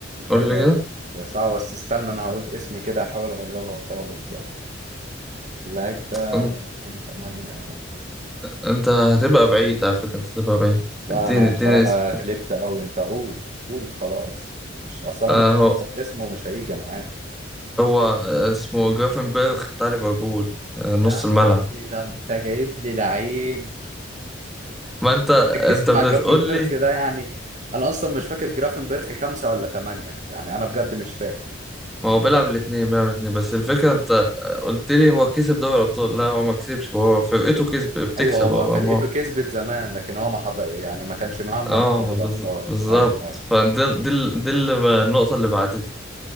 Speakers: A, in the centre; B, on the right.
A: قول
B: ايوه
A: لي
B: ايوه
A: كده
B: يا صعب بس استنى انا هقول اسم كده احاول اقربها خالص يعني اللعيب ده
A: قول لي.
B: كان تمانية
A: انت هتبقى بعيد على فكرة انت هتبقى بعيد
B: لا
A: اديني
B: انا
A: اديني
B: بصراحه
A: اسم كده
B: غلبت قوي انت قول قول خلاص مش اصل انا
A: اهو
B: ممكن احط اسمه ومش هيجي انا عارف
A: هو هو اسمه جرافنبرغ بتاع ليفربول آه، نص
B: يا عم
A: الملعب
B: ده انت جايب لي لعيب
A: ما انت
B: ركزت
A: انت
B: مع
A: بتقول
B: جرافنبرخ
A: لي
B: ده يعني انا اصلا مش فاكر جرافنبرخ خمسة ولا ثمانية يعني انا بجد مش فاكر
A: ما هو بيلعب الاثنين بيلعب الاثنين بس الفكرة انت قلت لي هو كسب دوري الابطال لا هو ما كسبش هو فرقته كسب بتكسب
B: ايوه هو
A: هو
B: فرقته
A: ما
B: كسبت زمان لكن هو ما حضر يعني ما كانش معاهم
A: اه
B: لما خدوا الابطال
A: بز- بالظبط
B: ايوه
A: فدي دي ال- دي اللي ب- النقطة اللي بعدتها